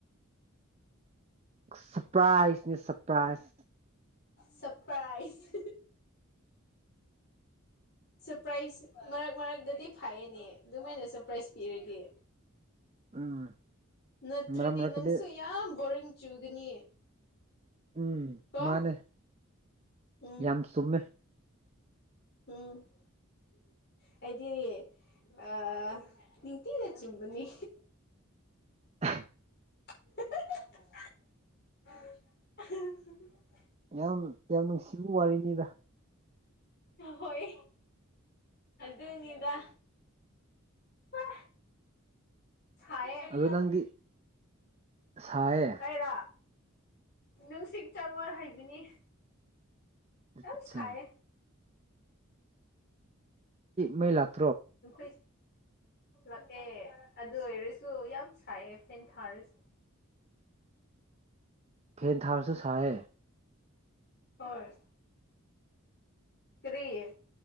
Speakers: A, on the right; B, on the left.
A: ꯁꯔꯄ꯭ꯔꯥꯏꯖꯅꯦ ꯁꯔꯄ꯭ꯔꯥꯏꯖ
B: ꯁꯄ꯭ꯔꯥꯏꯁ ꯁꯔꯄ꯭ꯔꯥꯏꯁ ꯃꯔꯛ ꯃꯔꯛꯇꯗꯤ ꯐꯥꯏꯌꯦꯅꯦ ꯑꯗꯨꯃꯥꯏꯅ ꯁꯔꯄ꯭ꯔꯥꯏꯁ ꯄꯤꯔꯗꯤꯦ
A: ꯎꯝ
B: ꯅꯠꯇ꯭ꯔꯗꯤ
A: ꯃꯔꯛ ꯃꯔꯛꯇꯗꯤ
B: ꯅꯪꯁꯨ ꯌꯥꯝ ꯕꯣꯔꯤꯡ ꯆꯨꯒꯅꯤ
A: ꯎꯝ
B: ꯀꯣ
A: ꯃꯥꯅꯦ
B: ꯎꯝ
A: ꯌꯥꯝ ꯆꯨꯝꯃꯦ
B: ꯎꯝ
A: <unintelligible>
B: ꯍꯥꯏꯗꯤ ꯑ ꯅꯤꯡꯊꯤꯅ ꯆꯨꯝꯕꯅꯤ
A: ꯎ
B: <inaudible>
A: ꯌꯥꯝ ꯌꯥꯝ ꯅꯨꯡꯁꯤꯕ ꯋꯥꯔꯤꯅꯤꯗ
B: ꯍꯣꯏ ꯑꯗꯨꯅꯤꯗ ꯍ ꯁꯥꯏꯌꯦ
A: ꯑꯗꯣ ꯅꯪꯗꯤ ꯁꯥꯏꯌꯦ
B: ꯑꯩꯔꯣ ꯅꯨꯡꯁꯤꯠ ꯆꯪꯉꯣꯏ ꯍꯩꯕꯅꯤ ꯌꯥꯝ
A: ꯑꯠꯆꯥ
B: ꯁꯥꯏꯌꯦ
A: ꯃꯩ ꯂꯥꯛ
B: ꯅꯈꯣꯏ ꯂꯥꯛꯑꯦ ꯑꯗꯨ ꯑꯣꯏꯔꯁꯨ ꯌꯥꯝ ꯁꯥꯏꯌꯦ ꯐꯦꯟ ꯊꯥꯔꯁꯨ
A: ꯐꯦꯟ ꯊꯥꯔꯁꯨ ꯁꯥꯏꯌꯦ
B: ꯍꯔ ꯀꯔꯤꯌꯦ